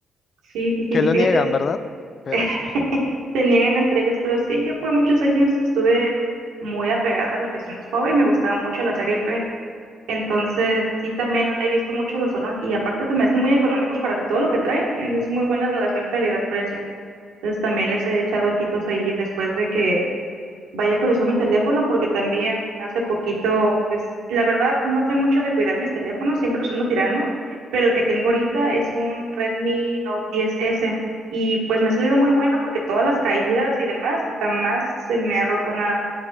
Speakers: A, on the right (about 85°); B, on the left (about 50°).
A: Sí, sí,
B: que
A: sí. y
B: lo
A: Fíjate
B: niegan,
A: que
B: ¿verdad? Pero
A: <laughs>
B: sí.
A: se niegan entre ellas, pero sí, yo por muchos años estuve muy apegada a lo que son los Huawei. Me gustaba mucho la serie P. Entonces, sí, también he visto mucho los Honor y aparte se me hacen muy económicos para todo lo que traen. Es muy buena relación calidad-precio. Entonces, también les he echado ojitos ahí después de que Vaya que lo mi teléfono porque también hace poquito, pues la verdad no soy mucho de cuidar mis teléfonos, siempre los ando tirando, pero el que tengo ahorita es un Redmi Note 10S y pues me ha salido muy bueno porque todas las caídas y demás y jamás se me ha roto nada.